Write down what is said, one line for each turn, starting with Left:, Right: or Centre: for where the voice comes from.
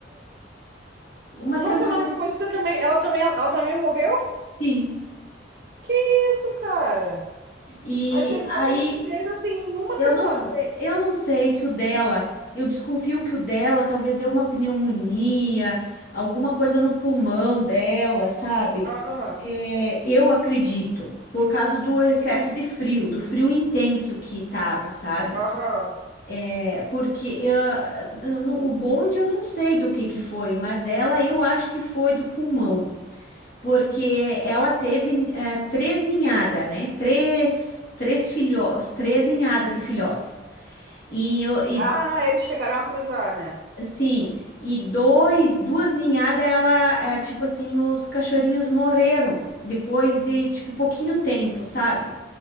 Left: Uma
Right: Uma
Left: semana,
Right: semana depois você também, ela também, ela também morreu?
Left: sim.
Right: Que isso, cara?
Left: E
Right: Aí você ficou
Left: aí
Right: tendo os três assim em uma
Left: Eu
Right: semana.
Left: não sei, eu não sei se o dela, eu desconfio que o dela talvez deu uma pneumonia, alguma coisa no pulmão dela, sabe?
Right: Aham,
Left: É, eu acredito, por causa do excesso
Right: sim.
Left: de frio, do frio intenso que tava, sabe?
Right: Aham.
Left: É, porque ah, no- o bonde eu não sei do que que foi, mas ela eu acho que foi do pulmão, porque ela teve eh, três ninhadas, né? Três, três filho, três ninhadas de filhotes. E, eu- e
Right: Ah, eles chegaram a cruzar, né?
Left: assim, e dois, duas ninhadas, ela, é, tipo assim, os cachorrinhos morreram depois de, tipo, pouquinho tempo, sabe?